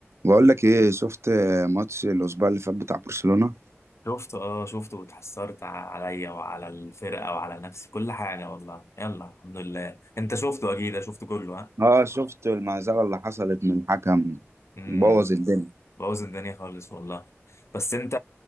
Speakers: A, on the right (about 70°); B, on the left (about 75°).
A: بقول لك ايه شفت ماتش الاسبوع اللي فات بتاع برشلونة
B: شفته اه شفته واتحسرت عليا وعلى الفرقة وعلى نفسي كل حاجة والله يلا الحمد لله انت شفته اكيد شفته كله ها
A: اه شفت المهزله اللي حصلت من الحكم
B: امم
A: بوظ الدنيا
B: بوظ الدنيا خالص والله بس انت